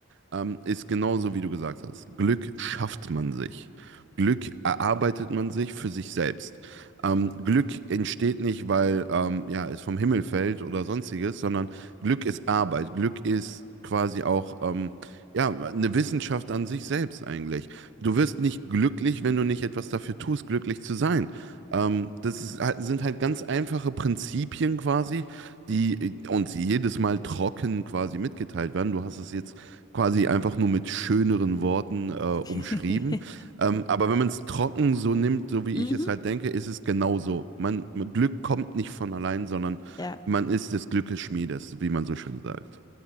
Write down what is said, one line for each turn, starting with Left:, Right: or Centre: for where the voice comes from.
Right: ähm, ist genauso, wie du gesagt hast. Glück schafft man sich. Glück erarbeitet man sich für sich selbst. Ähm, Glück entsteht nicht, weil ähm, ja, es vom Himmel fällt oder sonstiges, sondern Glück ist Arbeit. Glück ist quasi auch... Ähm, ja, eine Wissenschaft an sich selbst eigentlich. Du wirst nicht glücklich, wenn du nicht etwas dafür tust, glücklich zu sein. Ähm, das ist, halt- sind halt ganz einfache Prinzipien quasi, die uns jedes Mal trocken quasi mitgeteilt werden. Du hast es jetzt quasi einfach nur mit schöneren Worten äh, umschrieben.
Left: <laughs>
Right: Ähm, aber wenn man es trocken so nimmt, so wie
Left: Mhm,
Right: ich es halt denke, ist es genauso. Man, Glück kommt nicht von allein, sondern
Left: ja,
Right: man ist des Glückes Schmiedes, wie man so schön sagt.